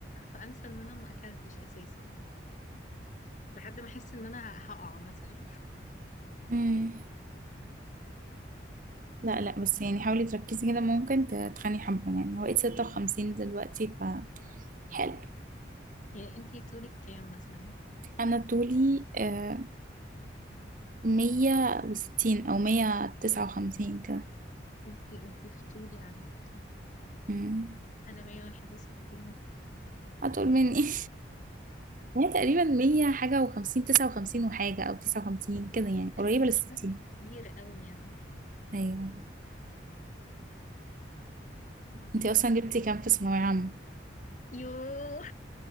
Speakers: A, on the left; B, on the right.
A: فأنسى إن أنا ما أكلتش أساسا لحد ما أحس إن أنا هقع مثلا
B: امم لا لا بس يعني حاولي تركزي كده ممكن تتخني حبة يعني هو بقيت ستة وخمسين دلوقتي ف حلو
A: يعني أنتي طولك كام مثلا
B: أنا طولي آه مية وستين أو مية تسعة وخمسين كده
A: انتي انتي فتولي على فكرة
B: أمم.
A: انا 161
B: أطول مني <laughs> هي تقريبا مية حاجة وخمسين تسعة وخمسين وحاجة أو تسعة وخمسين كده يعني قريبة
A: ايوه مش
B: للستين
A: فرق كبير قوي يعني
B: أيوة أنتي أصلا جبتي كام في ثانوية عامة؟
A: يوه